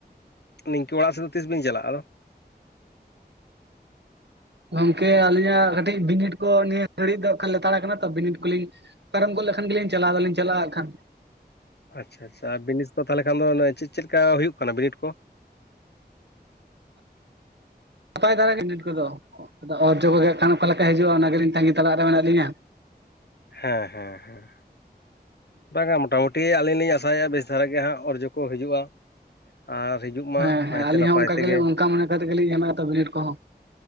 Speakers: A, on the left; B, on the right.
A: ᱱᱤᱝᱠᱟᱹ ᱚᱲᱟᱜ ᱥᱮᱫ ᱫᱚ ᱛᱤᱥ ᱵᱤᱱ ᱪᱟᱞᱟᱜᱼᱟ ᱟᱫᱚ?
B: ᱜᱚᱝᱠᱮ ᱟᱹᱞᱤᱧᱟᱜ ᱠᱟᱹᱴᱤᱡ ᱵᱤᱱᱤᱰ ᱠᱚ ᱱᱤᱭᱟᱹ ᱜᱷᱟᱹᱲᱤᱡ ᱫᱚ ᱟᱠᱷᱟᱱ ᱞᱮᱛᱟᱲ ᱠᱟᱱᱟ ᱛᱚ ᱵᱤᱱᱤᱰ ᱠᱚᱞᱤᱧ ᱯᱟᱨᱚᱢ ᱜᱚᱫ ᱞᱮᱠᱷᱟᱱ ᱜᱮᱞᱤᱧ ᱪᱟᱞᱟᱣ ᱫᱚᱞᱤᱧ ᱪᱟᱞᱟᱜᱼᱟ ᱟᱠᱷᱟᱱ
A: ᱟᱪᱪᱷᱟ ᱟᱪᱪᱷᱟ ᱟᱨ ᱵᱤᱱᱤᱰ ᱠᱚ ᱛᱟᱦᱚᱞᱮ ᱠᱷᱟᱱ ᱫᱚ ᱪᱮᱫ ᱪᱮᱫ ᱞᱮᱠᱟ ᱦᱩᱭᱩᱜ ᱠᱟᱱᱟ ᱵᱤᱱᱤᱰ ᱠᱚ?
B: ᱱᱟᱯᱟᱭ ᱫᱷᱟᱨᱟ ᱜᱮ ᱵᱤᱱᱤᱰ ᱠᱚᱫᱚ ᱟᱫᱚ ᱚᱨᱡᱚ ᱠᱚᱜᱮ ᱟᱠᱷᱟᱱ ᱚᱠᱟ ᱞᱮᱠᱟ ᱦᱤᱡᱩᱜᱼᱟ ᱚᱱᱟ ᱜᱮᱞᱤᱧ ᱛᱟᱸᱜᱤ ᱛᱟᱲᱟᱜ ᱨᱮ ᱢᱮᱱᱟᱜ ᱞᱤᱧᱟᱹ
A: ᱦᱮᱸ ᱦᱮᱸ ᱦᱮᱸ ᱵᱟᱝᱼᱟ ᱢᱳᱴᱟᱢᱩᱴᱤ ᱴᱷᱤᱠ ᱜᱮᱭᱟ ᱟᱹᱞᱤᱧ ᱞᱤᱧ ᱟᱥᱟᱭᱮᱫᱼᱟ ᱵᱮᱥ ᱫᱷᱟᱨᱟ ᱜᱮ ᱦᱟᱸᱜ ᱚᱨᱡᱚ ᱠᱚ ᱦᱤᱡᱩᱜᱼᱟ ᱟᱨ ᱦᱤᱡᱩᱜ ᱢᱟ
B: ᱦᱮᱸ
A: ᱱᱟᱭᱛᱮ
B: ᱦᱮᱸ ᱟᱹᱞᱤᱧ
A: ᱱᱟᱯᱟᱭ
B: ᱦᱚᱸ ᱚᱱᱠᱟ
A: ᱛᱮᱜᱮ
B: ᱜᱮᱞᱤᱧ ᱚᱱᱠᱟ ᱢᱚᱱᱮ ᱠᱟᱛᱮ ᱜᱮᱞᱤᱧ ᱮᱢᱟ ᱛᱚ ᱵᱤᱱᱤᱰ ᱠᱚᱦᱚᱸ